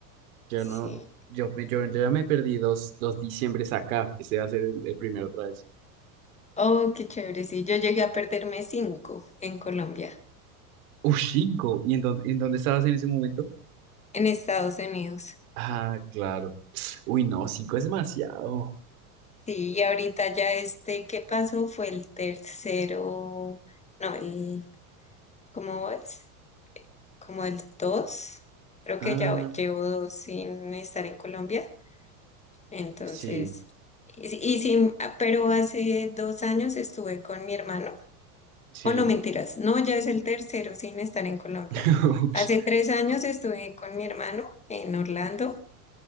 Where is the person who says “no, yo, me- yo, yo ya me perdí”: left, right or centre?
Right